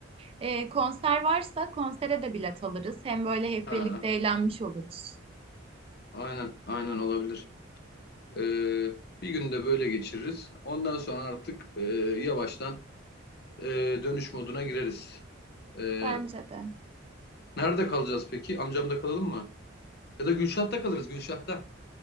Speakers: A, on the right (about 30°); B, on the left (about 50°).
A: e, konser varsa konsere de bilet alırız. Hem böyle hep
B: Ha,
A: birlikte eğlenmiş oluruz.
B: aynen, aynen olabilir. Ee, bir günde böyle geçiririz. Ondan sonra artık e, yavaştan e, dönüş moduna gireriz. Ee,
A: Bence de.
B: nerede kalacağız peki? Amcamda kalalım mı? Ya da Gülşah'ta kalırız, Gülşah'ta.